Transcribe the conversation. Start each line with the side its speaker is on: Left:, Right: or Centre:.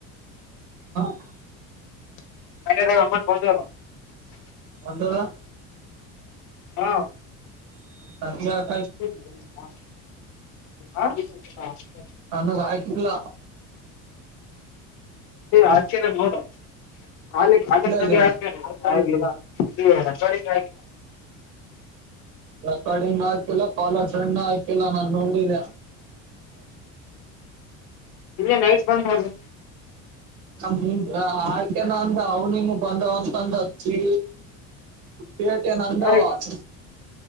Right: ಹ
Left: <unintelligible>
Right: ಬಂದದ
Left: ಹಾ
Right: <unintelligible>
Left: ಹ್ಮ ಹ್ಮ ಹ ಹ ಹ
Right: ನನ್ನ ಆಯ್ತಿಲ್ಲ
Left: ಆಕೇನೆ ನೋಡಾಲಿ ಕಾಲ
Right: ಇಲ್ಲಲ್ಲ
Left: ಹತೇನೆಲ್ಲ ಇದು ನಟಡಿಯ್
Right: ರೆಕಾರ್ಡಿಂಗ್ ನ ಹಾಕಿಲ್ಲ ಕಾಲ ಸಣ್ ಹಾಕಿಲ್ಲ ನಾನ ನೋಡಿದೆ
Left: ಇ ಲೈಟ್ ಬಂದದು
Right: ನ ಆಕೆನ ಅಂದ ಅವನಿಂಗ ಬಂದವಂತಂದತಿ ಪೇಟೆನ್ ಅಹದಬಾದ್
Left: ಯಾರಿಗೆ